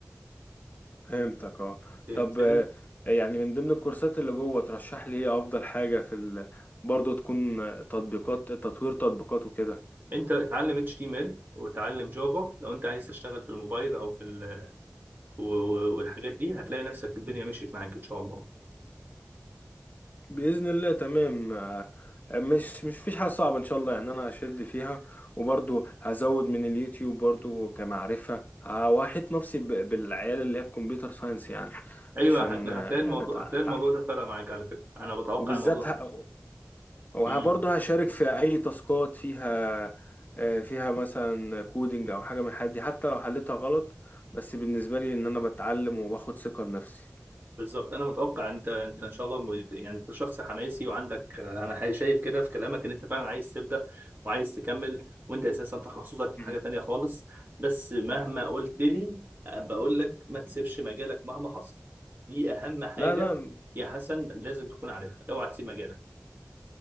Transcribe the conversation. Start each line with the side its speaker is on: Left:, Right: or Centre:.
Left: فهمتك اه
Right: فهمتني
Left: طب آه، يعني من ضمن الكورسات اللي جوه ترشح لي إيه أفضل حاجة في ال... برضو تكون آه، تطبيقات تطوير تطبيقات وكده
Right: انت اتعلم اتش تي ام ال وتعلم جافا لو انت عايز تشتغل في الموبايل او في ال و- و- والحاجات دي هتلاقي نفسك الدنيا مشيت معاك ان شاء الله
Left: بإذن الله تمام آه، مش مش فيش حاجة صعبة إن شاء الله يعني أنا هشد فيها وبرضو هزود من اليوتيوب برضو كمعرفة آه، وأحيط نفسي ب- بالعيال اللي هي في كمبيوتر ساينس يعني
Right: ايوه
Left: عشان
Right: هتلاقي
Left: آه،
Right: هتلاقي
Left: يعني
Right: الموضوع
Left: أتع-
Right: هتلاقي
Left: أتعرف
Right: الموضوع ده فرق معاك على فكره انا بتوقع
Left: وبالذات
Right: الموضوع ده
Left: ه... وبرضو
Right: امم
Left: هشارك في أي تاسكات فيها آه، فيها مثلا كودينج أو حاجة من الحاجات دي حتى لو حلتها غلط بس بالنسبة لي إن أنا بتعلم وباخد ثقة لنفسي
Right: بالظبط انا متوقع انت انت ان شاء الله م- يعني انت شخص حماسي وعندك انا حي- شايف كده في كلامك ان انت فعلا عايز تبدا وعايز تكمل وانت اساسا تخصصك في
Left: مم.
Right: حاجه تانيه خالص بس مهما قلت لي بقول لك ما تسيبش مجالك مهما حصل دي اهم حاجه
Left: لا لا
Right: يا حسن لازم تكون عارفها اوعى تسيب مجالك